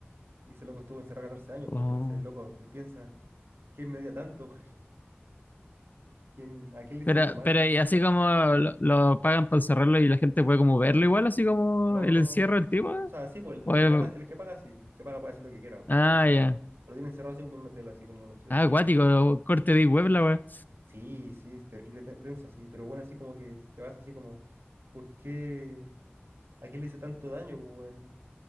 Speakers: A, on the right; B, on the left.
A: Y ese loco estuvo encerrado 14 años, pues
B: Oh.
A: entonces el loco se piensa, ¿quién me odia tanto? <laughs> ¿Quién, a quién le hice
B: Pero,
A: tanto mal?
B: pero y así como lo, lo pagan para encerrarlo y la gente puede como verlo igual, así como
A: No,
B: el
A: no.
B: encierro del tipo.
A: O sea, sí, pues el,
B: ¿O
A: el que
B: es-
A: paga, el que paga sí, el que paga puede hacer lo que quiera po,
B: Ah,
A: con él.
B: ya.
A: Lo tiene encerrado así como en un hotel, así como, no sé.
B: Ah,
A: un-
B: acuático, corte de web la wea.
A: Sí, sí, es terrible, te- denso, sí, pero bueno, así como que se basa así como, ¿por qué? ¿A qué le hice tanto daño, pues, weón?